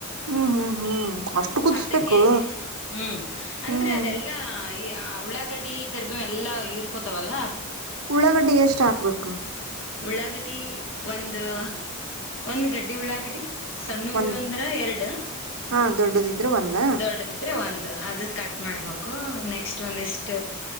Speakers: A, on the right; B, on the left.
A: ಹ್ಮ್ ಹ್ಮ್ ಹ್ಮ್ ಅಷ್ಟು ಕುದಿಸ್ಬೇಕು
B: ಅರ್ಧ ಕೆಜಿ ಹ್ಮ್ ಅಂದ್ರೆ
A: ಹ್ಮ್
B: ಅದೆಲ್ಲಾ ಆ ಉಳ್ಳಾಗಡ್ಡಿ ಕರಿಬೀಂ ಎಲ್ಲಾ ಹಿರ್ಕೋತವಲ್ಲ
A: ಉಳ್ಳಗಡಿ ಎಸ್ಟ್ ಸ್ಟಾಕ್ ಬರ್ಕ್
B: ಉಳ್ಳಾಗಡಿ ಒಂದು ಒಂದು ಗಡ್ಡಿ ಉಳ್ಳಾಗಡಿ ಸಣ್ಣವಿದ್
A: ಒಂದ್
B: ಅಂದ್ರ ಎರಡು
A: ಹಾ ದೊಡ್ಡದಿದ್ರೆ ಒಂದ
B: ದೊಡ್ಡದಿದ್ರೆ ಒಂದು ಅದು ಕಟ್ ಮಾಡ್ಬೇಕು ನೆಕ್ಸ್ಟ್ ಒಂದಿಷ್ಟ